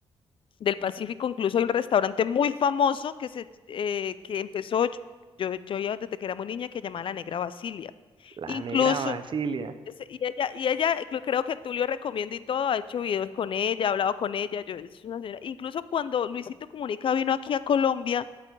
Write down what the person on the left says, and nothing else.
del Pacífico. Incluso hay un restaurante muy famoso que, se, eh, que empezó, yo, yo, yo ya desde que era muy niña, que llamaba La Negra Basilia.
Incluso,
ese- y ella, y ella, cre- creo que Tulio recomienda y todo, ha hecho videos con ella, ha hablado con ella. Yo, es una señora- Incluso cuando Luisito Comunica vino aquí a Colombia,